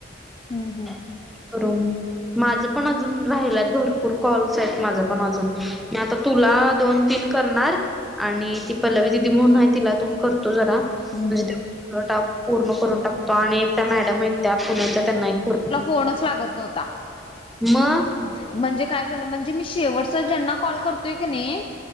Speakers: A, on the left (about 30°); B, in the centre.
A: हम्म हम्म.
B: <unintelligible> करू मु माझ पण अजून राहिलात भरपूर कॉल्स आहेत माझ. पणअजून मी आंता. तुला दोन, तीन करणार आणि ती पल्लवी दिदी म्हणून आहे तिला तून करतो जरा. <unintelligible>
A: हम्म
B: म्हणजे
A: हम्म.
B: त्या पूर्ण करून टाकतो आणि त्या मॅडम आहेत त्या पुण्याच्या त्यांना एक पूर्ण
A: फोणच लागत नव्हता.
B: म
A: म्हणजे काय झालं म्हणजे मी शेवटचा ज्यांना कॉल करतोय की नी,